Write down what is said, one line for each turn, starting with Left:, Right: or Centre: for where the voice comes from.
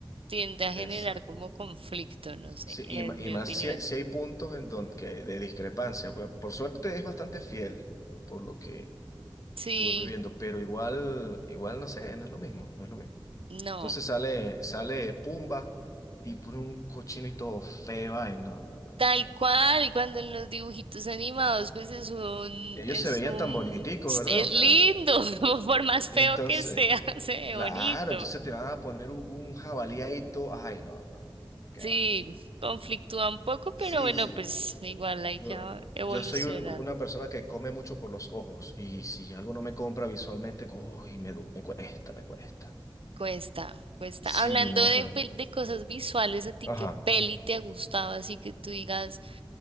Right: tiende a generar
Left: exacto.
Right: como conflicto, no sé,
Left: Sí,
Right: en
Left: y, ma- y
Right: mi
Left: más
Right: opinión.
Left: si, si hay puntos en donde que de discrepancia, pues por suerte es bastante fiel por lo que
Right: Sí,
Left: estuve viendo, pero igual, igual no sé, no es lo mismo, no es lo mismo.
Right: no.
Left: Entonces sale, sale Pumba y pone un cochino y todo feo. Ay, no, no, no.
Right: Tal cual, cuando en los dibujitos animados, pues es un,
Left: Ellos
Right: es
Left: se veían
Right: un,
Left: tan boniticos, ¿verdad?
Right: es
Left: O sea,
Right: lindo, <laughs> por más feo
Left: entonces,
Right: que sea, <laughs> se ve
Left: claro,
Right: bonito.
Left: entonces te van a poner un, un jabalí ahí todo. Ay, no, no, no. ¿Qué
Right: Sí,
Left: va?
Right: conflictúa un poco, pero
Left: Sí,
Right: bueno,
Left: sí.
Right: pues igual hay
Left: Yo,
Right: que a- evolucionar.
Left: yo soy un- una persona que come mucho por los ojos y si algo no me compra visualmente, uy, me, du- me cuesta, me cuesta.
Right: Cuesta, cuesta.
Left: Sí,
Right: Hablando
Left: no,
Right: de,
Left: pero...
Right: pel- de cosas visuales, ¿a ti
Left: Ajá.
Right: qué peli te ha gustado? Así que tú digas,